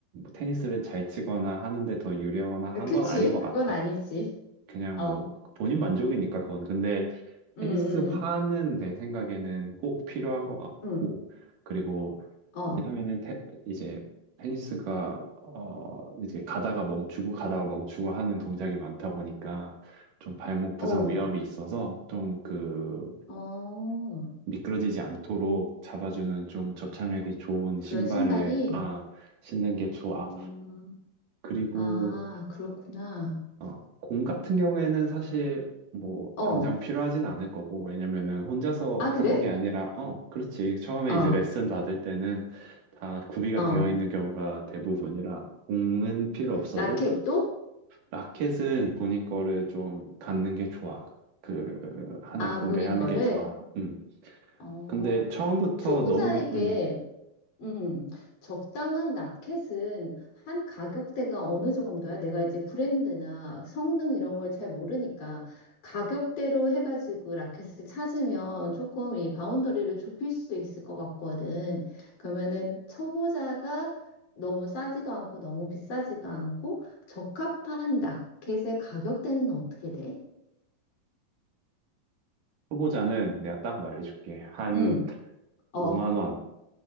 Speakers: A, on the right (about 70°); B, on the left (about 60°).
A: 테니스를 잘 치거나 하는데 더 유리하거나 한
B: 그치.
A: 건 아닌 것
B: 그건
A: 같아.
B: 아니지.
A: 그냥
B: 어.
A: 뭐 본인 만족이니까 그건. 근데
B: 응,
A: 테니스화는
B: 응, 응.
A: 내 생각에는 꼭 필요한 것 같고,
B: 응.
A: 그리고
B: 어.
A: 왜냐면은 테- 이제 테니스가 어 이제 가다가 멈추고 가다가 멈추고 하는 동작이 많다 보니까 좀 발목 부상
B: 어,
A: 위험이 있어서 좀 그
B: 어,
A: 미끄러지지 않도록 잡아주는 좀 접착력이 좋은 신발을
B: 그런 신발이,
A: 아 신는 게 좋아.
B: 음,
A: 그리고
B: 아, 그렇구나.
A: 어, 공 같은 경우에는 사실 뭐
B: 어,
A: 당장 필요하진 않을 거고 왜냐면은 혼자서
B: 아, 그래?
A: 하는 게 아니라 어 그렇지 처음에
B: 어,
A: 이제 레슨 받을 때는 다 구비가
B: 어,
A: 되어 있는 경우가 대부분이라 공은 필요 없어도
B: 라켓도?
A: 라켓은 본인 거를 좀 갖는 게 좋아 그 하나
B: 아,
A: 구매하는
B: 본인 거를?
A: 게 좋아 음
B: 어,
A: 근데 처음부터
B: 초보자에게
A: 너무 음
B: 음, 적당한 라켓은 한 가격대가 어느 정도야? 내가 이제 브랜드나 성능 이런 걸 잘 모르니까 가격대로 해가지고 라켓을 찾으면 조금 이 바운더리를 좁힐 수 있을 것 같거든. 그러면은 초보자가 너무 싸지도 않고 너무 비싸지도 않고 적합한 라켓의 가격대는 어떻게 돼?
A: 초보자는 내가 딱 말해줄게 한
B: 응,
A: 5만
B: 어,
A: 원